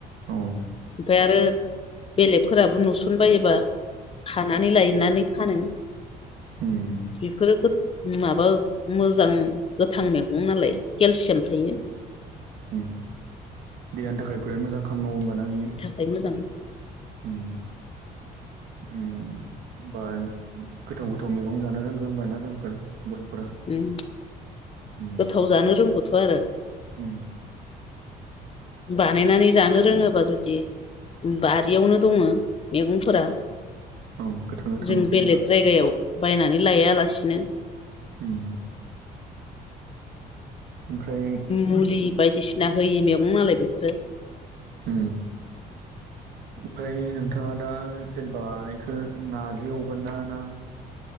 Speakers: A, on the right (about 75°); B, on the left (about 35°).
A: औ
B: ओमफ्राय आरो बेलेगफोराबो नुसनबायोबा खानानै लायनानै फानो।
A: उम
B: बेफोरो गो- माबा मोजां गोथां मैगं नालाय केलसियाम थायो।
A: उम, देहानि थाखाय बुराया मोजां खामानि मावो होनब ना बियो?
B: जाय मोजां
A: उम उम बा गो-गोथाव गोथाव मैगं जानो रोंङो होनोमब ना जोंफोर बर'फोरा
B: उम
A: हम
B: गोथाव जानो रोंगौथ'
A: <inaudible>
B: आरो
A: उम
B: बानायनानै जानो रोङोबा जुदि बारियावनो दङो मैगंफोरा।
A: औ गोथां गोथां
B: जों
A: जेनेबा
B: बेलेग जायगायाव बायनानै लायालासिनो
A: <inaudible> उम। ओमफ्राय <inaudible>
B: मुलि बायदिसिना होयि मैगं नालाय बेफोरो
A: होम ओमफ्राय नोंथाङा दा जेनेबा इखौ नजि एवगोन ना ना